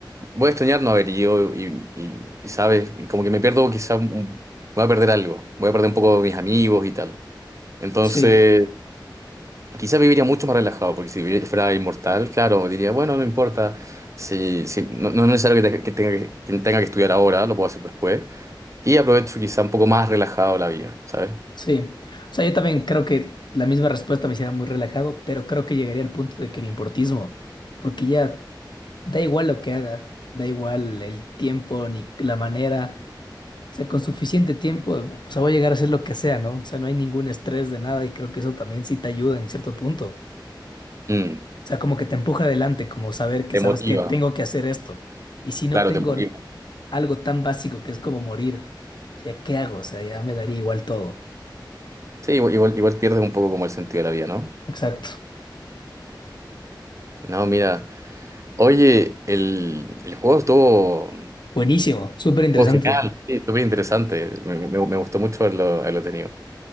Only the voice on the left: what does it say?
Sí.
Sí, o sea, yo también creo que la misma respuesta me hiciera muy relajado, pero creo que llegaría al punto de que me importismo, porque ya da igual lo que haga, da igual el tiempo ni la manera, o sea, con suficiente tiempo, o sea, voy a llegar a hacer lo que sea, ¿no? O sea, no hay ningún estrés de nada y creo que eso también sí te ayuda en cierto punto,
o sea, como que te empuja adelante, como saber que
sabes
que tengo que hacer esto, y si no
tengo
algo tan básico que es como morir, o sea, ¿qué hago? O sea, ya me daría igual todo.
Exacto.
Buenísimo, súper interesante.